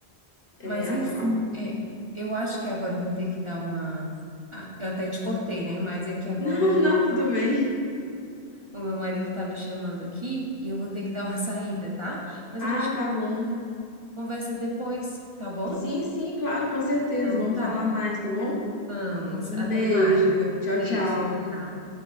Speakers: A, on the left; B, on the right.
A: é,
B: Mas,
A: a-
B: enfim,
A: a- <laughs>
B: é, eu acho que agora eu vou ter que dar uma. Ah, eu até te cortei, né? Mas é que agora
A: não, não, tudo bem.
B: o meu marido tá me chamando aqui e eu vou ter que <laughs> dar uma saída, tá? Mas
A: Ah,
B: a gente conversa,
A: tá bom.
B: conversa depois, tá bom?
A: Sim, sim, claro, com certeza.
B: Então,
A: Vamos
B: tá.
A: falar mais, tá bom?
B: Vamos.
A: Um
B: Até
A: beijo.
B: mais.
A: Tchau,
B: Beijo.
A: tchau.
B: Tchau.